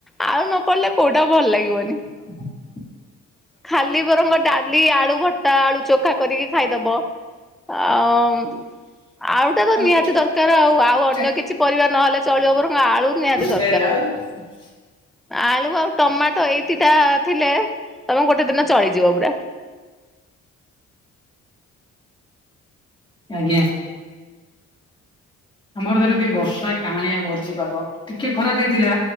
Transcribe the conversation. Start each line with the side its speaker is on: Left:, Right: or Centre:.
Centre: ଆଳୁ ନ ପଡ଼ିଲେ କୋଉଟା ଭଲ ଲାଗିବନି।
Left: <inaudible>
Centre: ଖାଲି ବରଙ୍ଗ ଡାଲି ଆଳୁ ଭର୍ତା ଆଳୁ ଚୋଖା କରିକି ଖାଇଦବ। ଆଉ ମ ଆଳୁ ଟା
Left: ଆଜ୍ଞା
Centre: ତ ନିହାତି ଦରକାର ଆଉ ଆଉ ଅନ୍ୟ କିଛି ପରିବା ନହେଲେ ଚଳିବ ବରଂ ଆଳୁ ନିହାତି ଦର
Left: <unintelligible>
Centre: ଆଳୁ ଆଉ ଟମାଟ ଏଇ ଦିଟା ଥିଲେ ତମେ ଗୋଟେ ଦିନ ଚଳିଯିବ ପୁରା।
Left: ଆଜ୍ଞା। ଆମର ତ ଏଇନେ ଟିକେ ବର୍ଷା କାହାଁଳିଆ କରିଛି ପାଗ। ଟିକେ ଖରା ଦେଇଥିଲା